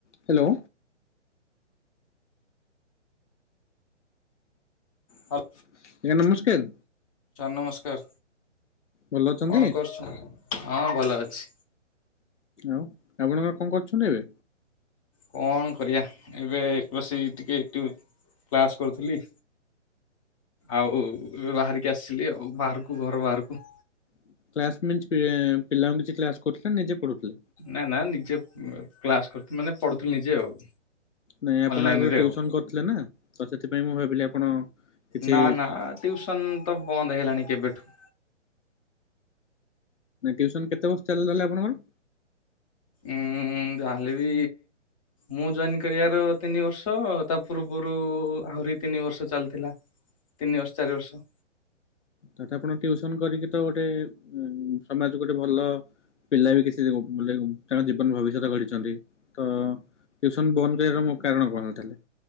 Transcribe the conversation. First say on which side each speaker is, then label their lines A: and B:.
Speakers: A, on the left (about 75°); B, on the left (about 30°).
A: Hello
B: hall
A: <unintelligible> ନମସ୍କାର
B: ନମସ୍କାର
A: ଭଲ ଅଛନ୍ତି
B: <unintelligible> ହଁ ଭଲ ଅଛି।
A: ଆଉ ଆପଣଙ୍କର କଣ କରୁଛନ୍ତି ଏବେ
B: କଣ କରିବା ଏବେ ବସି ଟିକେ ଟି କ୍ଲାସ୍ କରୁଥିଲି। ଆଉ ଏବେ ବାହାରିକି ଆସିଥିଲି ଆଉ ବାହାରକୁ ଘର ବାହାରକୁ।
A: <unintelligible> ପିଲାଙ୍କୁ କିଛି କ୍ଲାସ କରୁଥିଲେ ନିଜେ ପଢୁଥିଲେ?
B: ନା ନା ନିଜେ କ୍ଲାସ କରୁଥିଲ ମାନେ ପଢୁଥିଲୁ ନିଜେ ଆଉ।
A: ନାଇଁ ଆପଣ
B: ଅନଲାଇନରେ
A: ଆଗୁରୁ ଟିଉସନ
B: ଆଉ
A: କରିଥିଲେ ନା ତ ସେଥିପାଇଁ ମୁଁ ଭାବିଲି ଆପଣ କିଛି
B: ନା ନା ଟୁୟୁସନ ତ ବନ୍ଦ ହେଇଲାଣି କେବେଠୁ।
A: ଟୁୟୁସନ କେତେ ବର୍ଷ ଚାଲିଗଲା ଆପଣଙ୍କର?
B: ଉଁ ଯାହା ହେଲେ ବି ମୁଁ ଜଏନ୍ କରିବାର ତିନି ବର୍ଷ ତା ପୂର୍ବରୁ ଆହୁରି ତିନି ବର୍ଷ ଚାଲିଥିଲା। ତିନି ବର୍ଷ ଚାରି ବର୍ଷ।
A: ତାଟ ଆପଣ ଟିୟୁସନ କରିକି ତ ଗୋଟେ ସମାଜକୁ ଗୋଟେ ଭଲ ପିଲା ବି କିଛି ବୋଲେ ତାଙ୍କ ଜୀବନ ଭବିଷ୍ୟତ ଗଢିଛନ୍ତି ତ ଟିୟୁସନ ବନ୍ଦ କରିବାର ମୋ କାରଣ କଣ ତାହାଲେ?